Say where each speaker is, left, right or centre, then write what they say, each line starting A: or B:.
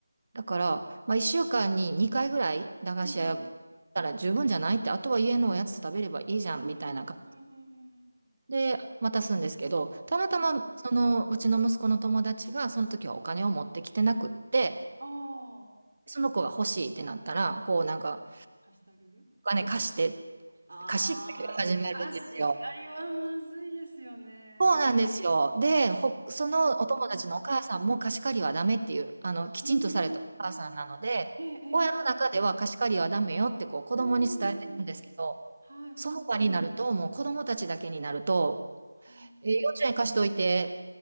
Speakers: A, on the right (about 40°); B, on the right (about 60°).
A: だから、まあ、1週間に2回ぐらい駄菓子屋行ったら十分じゃないって、
B: うんうん
A: あとは家のおやつ食べればいいじゃんみたいな感じ
B: うんうんうんうんうんうん
A: で渡すんですけど、たまたまそのうちの息子の友達がその時はお金を持ってきてなくって、
B: ああ
A: その子が欲しいってなったら、こうなんか
B: あ貸してあげる
A: お金貸して、
B: ああー貸し借りはまずいですよね
A: 貸し借が始まるんですよ。そうなんですよ。で、ほ、
B: うーん
A: そのお友達のお母さんも貸し借りはダメっていう、あの、きちんとされたお母さんなので、
B: うーん。ええ、ええ、
A: 親の中では貸し借りはダメよってこう子供に伝えてるんですけど、
B: ええうんうんうんうん。はいはい
A: その場になると、もう子供たちだけになると、
B: は
A: え、40円貸しといて、